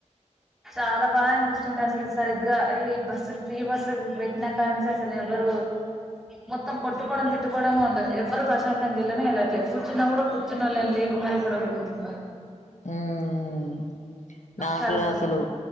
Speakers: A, in the centre; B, on the left (about 75°).
A: చాలా బాద అనిపిస్తుంది అసలు సరిగ్గా ఈ బస్సులు ఫ్రీ బస్సు పెట్టినా కానుంచి అసలు ఎవరు మొత్తం కొట్టుకోవడం తిట్టుకోవడమో ఉంటది ఎవ్వరు ప్రశాంతం గెళ్ళనే వెళ్ళట్లేదు కూర్చున్నా కూడా కూర్చున్నోల్లో ని లేపు మరి గొడవ పెట్టుకుంటు
B: హుమ్ నాకు
A: కదా
B: కూడా అసలు